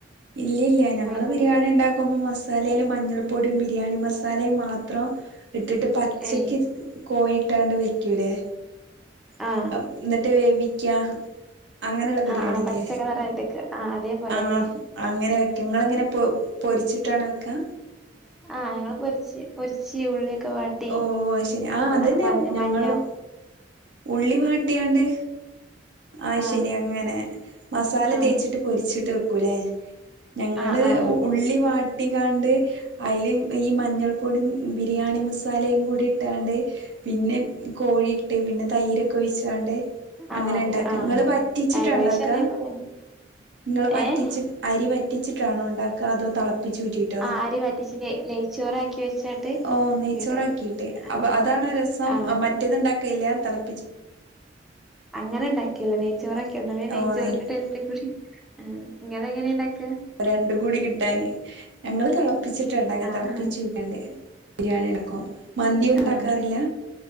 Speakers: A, on the right; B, in the centre.
A: ഇല്ല ഇല്ല ഞങ്ങള്
B: മുളക്
A: ബിരിയാണി
B: പൊടി
A: ഇണ്ടാക്കുമ്പം മസാലേൽ മഞ്ഞൾ പൊടിം ബിരിയാണി മസാലയും മാത്രം ഇട്ടിട്ട് പച്ചക്ക്
B: ഏ
A: കോഴിട്ടാണ്ട് വെക്കൂലേ
B: ആ
A: അപ് <unintelligible> ന്നട്ട് വേവി ക്ക്യാ അങ്ങനെള്ള ബിരിയാണില്ലേ
B: ആ ആ പച്ച കളറായിട്ടൊക്കെ ആ അതേപോലെല്ലേ
A: ആ അങ്ങനെ വെക്കും ങ്ങളെങ്ങനെ
B: ആ
A: പ്പ് പൊരിച്ചിട്ടാണ് വെക്ക
B: ആ ഞങ്ങള് പൊരിച്ച് പൊരിച്ച് ഉള്ളിയൊക്കെ വാട്ടി
A: ഓ അത് ശരി ആ
B: എന്താ
A: അതന്നെ
B: മഞ്ഞ <unintelligible>
A: ഞങ്ങളും
B: മഞ്ഞാവ
A: ഉള്ളി വാട്ടിയാണ്ട് അയ്
B: ആ
A: ശരി അങ്ങനെ മസാല
B: ആ
A: തേച്ചിട്ട് പൊരിച്ചി തെക്കുലേ ഞങ്ങള്
B: ആ ആ
A: ഉ ഉള്ളി വാ ട്ടികാണ്ട് അയ്ല് ഈ മഞ്ഞൾ പൊടിയും ബിരിയാണി മസാലയും കൂടി ഇട്ടാണ്ട് പിന്നെ കോഴി ഇട്ട് പിന്നെ തൈരൊക്കെ ഒഴിച്ചാണ്ട്
B: ആ
A: അങ്ങനെ
B: അതെ
A: ഇണ്ടാക്ക
B: ആ
A: ഇങ്ങള് വറ്റിച്ചിട്ടാ
B: ഏകദേശം
A: ഉണ്ടാക്ക
B: അതേപോലെന്നെ
A: ഇങ്ങള്
B: ഏഹ്
A: വറ്റിച്ചിട്ട് അരി വറ്റി വറ്റിച്ചിട്ടണോ ഉണ്ടാക്ക അതോ തള പ്പിച്ചുറ്റീട്ടോ
B: ആഹ് ആരി വറ്റിച്ച് നെയ്ച്ചോറാക്കി വെച്ചാട്ട്
A: ഓ നെയ്ച്ചോറാക്കീട്ട്
B: ഇങ്ങട്ട് ആഹ്
A: അപ്പൊ അതാണോ രസം
B: ആഹ്
A: മറ്റത്ണ്ടാക്കല്ല തെള്
B: അങ്ങനെ ഇണ്ടാക്കിയല്ല നെയ് ക്കും ന്നാലേ നെയ്ച്ചോറിന്റെ
A: ഓ നെയ്
B: ടേസ്റ്റുംകൂടി ആ ഇങ്ങെളങ്ങനെണ്ടാക്ക
A: രണ്ട് കൂടി കിട്ടാന് ഞങ്ങള് തെളപ്പ പ്പിച്ചിട്ടാ ണ്ടാക്കാ
B: ആഹ്
A: തെളപ്പിച്ചൂറ്റിയാണ്ട് ബിരിയാണിണ്ടാക്കും മന്തിയുണ്ടാക്കാറില്ല
B: ആഹ്